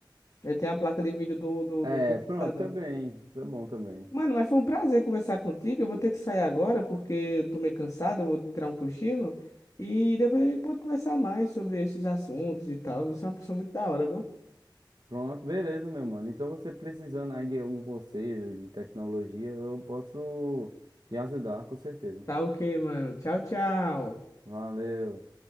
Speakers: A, on the left; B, on the right.
A: Eu tenho a placa de vídeo do, do,
B: É,
A: do processador.
B: pronto, também. Isso é bom também.
A: Mano, mas foi um prazer conversar contigo. Eu vou ter que sair agora porque eu tô meio cansado, eu vou tirar um cochilo. E depois a gente pode conversar mais sobre esses assuntos e tal. Você é uma pessoa muito da hora, viu?
B: Pronto, beleza, meu mano. Então você precisando aí de algum conselho de tecnologia, eu posso lhe ajudar, com certeza.
A: Tá ok, mano. Tchau, tchau.
B: Valeu.